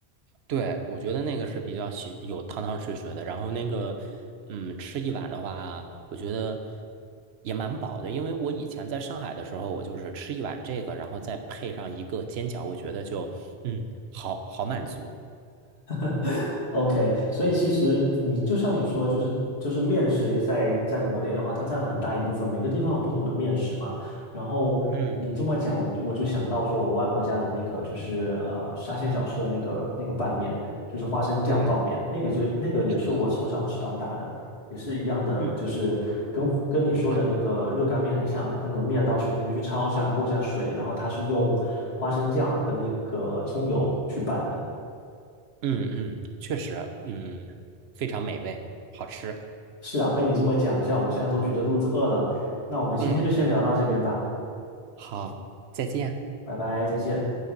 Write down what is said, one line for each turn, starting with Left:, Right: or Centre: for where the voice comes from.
Right: 对，我觉得那个是比较喜有汤汤水水的，然后那个，嗯，吃一碗的话，我觉得也蛮饱的，因为我以前在上海的时候，我就是吃一碗这个，然后再配上一个煎饺，我觉得就，嗯，好好满足。
Left: <laughs> OK，所以其实你就像你说，就是就是面食在在国内的话，它占了很大一部分，每个地方有不同的面食嘛。然后你这么讲，
Right: 嗯，
Left: 我就想到说我外婆家的那个就是呃沙县小吃的那个那个拌面，就是花生酱拌面，
Right: 对，
Left: 那个就那个也是我从小吃到大的，
Right: 是的，
Left: 也是一样的，
Right: 嗯，
Left: 就是跟跟你说的那个热干面很像，
Right: 还，
Left: 那个面到水里面去焯一下，过一下水，然后它是用花生酱跟那个葱油去拌的。
Right: 嗯嗯，确实，嗯，非常美味，好吃。
Left: 是啊，被你这么讲一下，我现在都觉得肚子饿了。那我们今天就先聊到这边吧，
Right: 嗯，好，再见。
Left: 拜拜，再见。